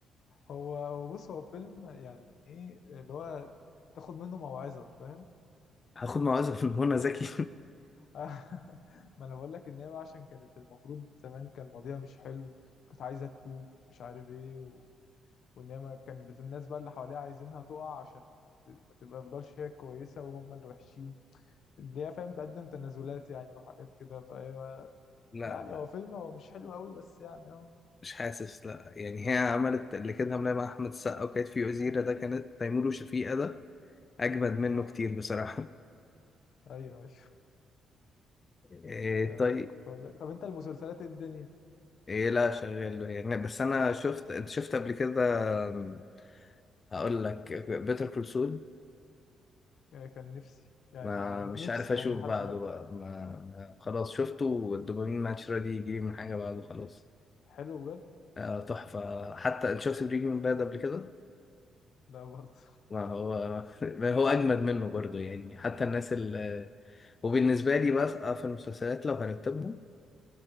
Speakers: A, on the left; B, on the left.
A: هو هو بص هو فيلم يعني ايه اللي هو تاخد منه موعظه فاهم
B: هاخد موعظه من منى زكي
A: <laughs> ما انا بقول لك ان هي بقى عشان كانت المفروض زمان كان ماضيها مش حلو كانت عايزه تتوب مش عارف ايه و... وان هي ما كانت الناس بقى اللي حواليها عايزينها تقع عشان ت... ما تبقى تفضلش هي كويسه وهم اللي وحشين اللي هي فاهم تقدم تنازلات يعني وحاجات كده فايوه
B: <laughs> لا
A: يعني هو فيلم هو مش حلو قوي بس يعني اهو
B: مش حاسس لا يعني هي عملت اللي كانت عاملاه مع احمد السقا وكانت في وزيره ده كانت تيمور وشفيقة ده اجمد
A: آه.
B: منه كتير بصراحه
A: ايوه ايوه
B: <laughs> إيه
A: آه.
B: طيب
A: كنت اقول لك طب انت المسلسلات إيه الدنيا
B: إيه لا شغال يعني بس انا شفت انت شفت قبل كده أم، هقول لك بيتر كول سول
A: آه. كان نفسي يعني
B: ما
A: او
B: مش
A: نفسي
B: عارف اشوف
A: يعني لحد
B: بعده
A: دلوقتي
B: بقى ما ما- خلاص شفته والدوبامين ماتش راضي يجي من حاجه بعده خلاص
A: حلو بجد
B: آه، تحفه حتى انت شفت بريكنج باد قبل كده
A: لا برضه
B: ما هو <laughs> ما هو اجمد منه برضو يعني حتى الناس ال آه، وبالنسبه لي بقى في المسلسلات لو هرتبهم